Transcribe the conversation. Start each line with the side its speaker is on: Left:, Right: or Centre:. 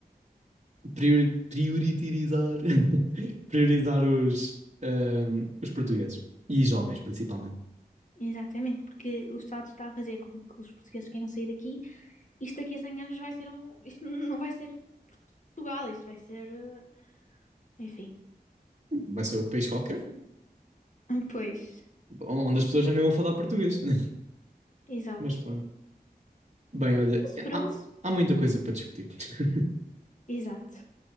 Right: priori- prioritizar <laughs> priorizar os, ah, os portugueses e jovens principalmente.
Left: exatamente, porque o Estado está a fazer com que os portugueses queiram sair daqui. Isto daqui a 100 anos vai ser um. <laughs> Isto não vai ser Portugal, isto vai ser. eh, Enfim.
Right: vai ser outro país qualquer,
Left: <laughs> Pois,
Right: onde as pessoas já não vão falar português. <laughs>
Left: exato.
Right: Mas pronto. Bem, olha,
Left: Mas pronto,
Right: há, há muita coisa para discutir. <laughs>
Left: exato.